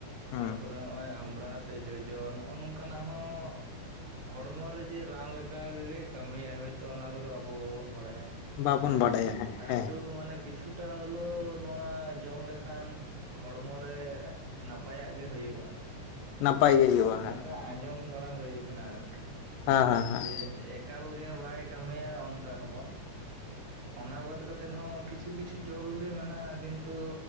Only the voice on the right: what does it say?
ᱛᱟᱨᱯᱚᱨᱮ ᱱᱚᱜᱼᱚᱭ ᱟᱢᱲᱟ ᱥᱮ ᱡᱚᱡᱚ ᱱᱚᱜᱼᱚ ᱱᱚᱝᱠᱟᱱᱟᱜ ᱦᱚᱸ ᱦᱚᱲᱢᱚ ᱨᱮ ᱡᱮ ᱨᱟᱱ ᱞᱮᱠᱟ ᱜᱮ ᱠᱟᱹᱢᱤᱭᱤᱭᱟ ᱦᱚᱭᱛᱚ ᱚᱱᱟ ᱠᱚᱫᱚ ᱟᱵᱚ ᱵᱟᱵᱚᱱ ᱵᱟᱲᱟᱭᱟ?
ᱦᱮᱸ
ᱴᱟᱠ
ᱴᱩᱠ ᱢᱟᱱᱮ ᱠᱤᱪᱷᱩᱴᱟ ᱦᱚᱞᱮ ᱱᱚᱣᱟ ᱡᱚᱢ ᱞᱮᱠᱷᱟᱱ ᱦᱚᱲᱢᱚ ᱨᱮ ᱱᱟᱯᱟᱭᱟᱜ ᱜᱮ ᱦᱩᱭᱩᱜᱼᱟ᱾
ᱱᱚᱝᱠᱟ
ᱟᱸᱡᱚᱢ ᱵᱟᱲᱟ ᱦᱩᱭ ᱟᱠᱟᱱᱟ᱾ ᱠᱟᱱᱟ ᱟᱨᱠᱤ
ᱡᱮ ᱮᱠᱟᱞ ᱜᱮ ᱵᱟᱭ ᱠᱟᱹᱢᱤᱭᱟ ᱚᱱᱠᱟ ᱦᱚᱸ ᱵᱟᱝ
ᱚᱱᱟ ᱵᱟᱫ ᱠᱟᱛᱮᱜ ᱦᱚᱸ ᱠᱤᱪᱷᱩ ᱠᱤᱪᱷᱩ ᱡᱚ ᱵᱤᱞᱤ ᱢᱮᱱᱟᱜᱼᱟ᱾ ᱠᱤᱱᱛᱩ